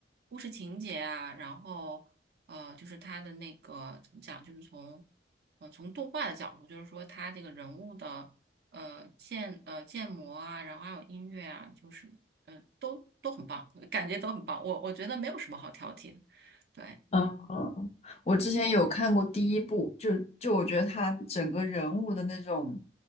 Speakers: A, on the right; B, on the left.
A: 故事情节啊，然后呃，就是他的那个怎么讲，就是从呃从动画的角度，就是说他这个人物的呃建呃建模啊，然后还有音乐啊，就是呃都都很棒，感觉都很棒，我我觉得没有什么好挑剔的，对。
B: 嗯，嗯我之前有看过第一部，就就我觉得他整个人物的那种，